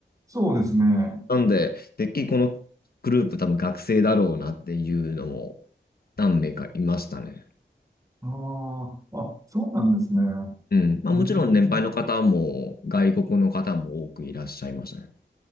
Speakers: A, on the right; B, on the left.
A: そうですね。
B: なんで、てっきりこのグループ多分学生だろうなっていうのも何名かいましたね。
A: ああ、あ、そうなんですね。
B: うん。まあもちろん年配の方も外国の方も多くいらっしゃいましたね。
A: うん。